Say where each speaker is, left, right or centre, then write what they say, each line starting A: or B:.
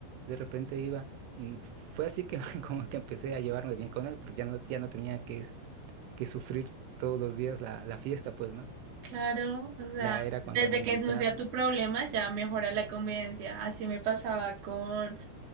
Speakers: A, on the right; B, on the right.
A: de repente iba, y fue así que <laughs> como que empecé a llevarme bien con él, porque ya no, ya no tenía que, que sufrir todos los días la, la fiesta, pues, ¿no?
B: Claro, o sea,
A: Ya era cuando
B: desde
A: me
B: que
A: invitaba.
B: no sea tu problema ya mejora la convivencia. Así me pasaba con